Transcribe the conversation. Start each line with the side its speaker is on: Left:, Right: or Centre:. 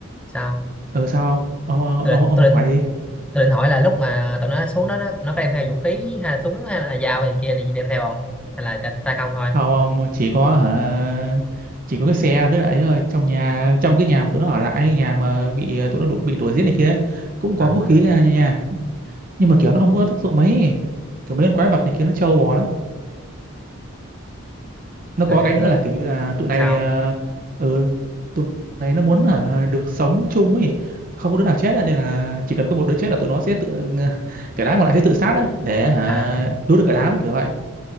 Centre: sao?
Right: ừ sao không ông ông
Centre: Tôi
Right: ông,
Centre: định
Right: ông
Centre: tôi định
Right: hỏi đi
Centre: tôi định hỏi là lúc mà tụi nó xuống đó, nó tụi nó có đem theo vũ khí hay là súng hay là dao gì kia gì đem theo không? Hay là tay tay không thôi?
Right: không ông chỉ có hả chỉ có cái xe với lại ấy thôi trong nhà trong cái nhà mà tụi nó ở lại nhà mà bị ờ, tụi nó đu, bị đuổi giết này kia cũng có
Centre: À.
Right: vũ khí ra nha nha nhưng mà kiểu nó không có tác dụng mấy kiểu mấy con quái vật này kia nó trâu bò lắm nó có
Centre: là kiểu
Right: cái nữa
Centre: cứ
Right: là kiểu như là tụi này
Centre: sao
Right: ờ, ừ tụi này nó muốn hả, được sống chung ấy không có đứa nào chết á, nên là chỉ cần có một đứa chết là tụi nó sẽ tự <laughs> cả đám còn lại sẽ tự sát á để hả,
Centre: à
Right: cứu được cả đám kiểu vậy